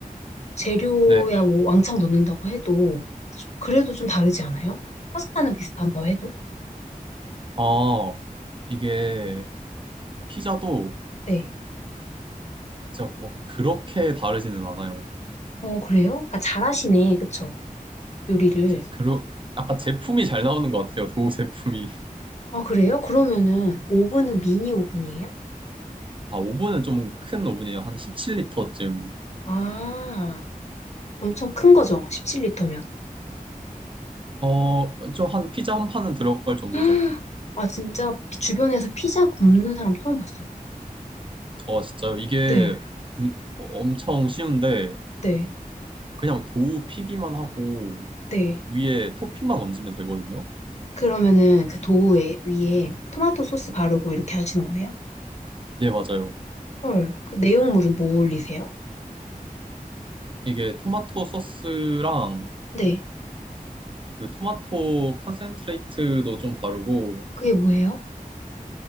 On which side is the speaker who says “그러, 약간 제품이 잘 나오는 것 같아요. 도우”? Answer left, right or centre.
Right